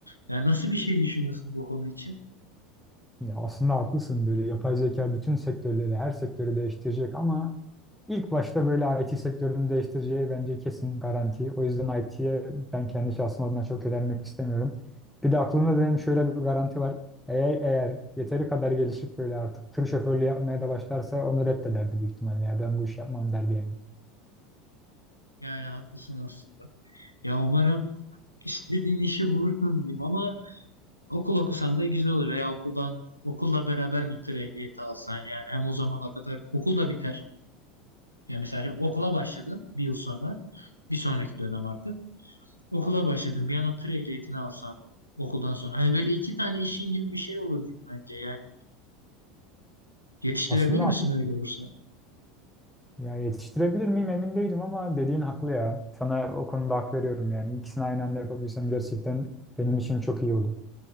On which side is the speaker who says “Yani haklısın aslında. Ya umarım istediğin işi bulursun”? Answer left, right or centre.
Left